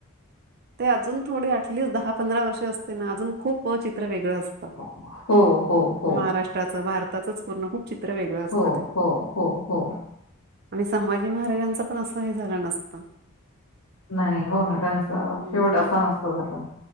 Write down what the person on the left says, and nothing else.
हो, हो, हो.
हो,
हो, हो, हो.
नाही हो ना त्यांचा
शेवट असा नसतो झाला.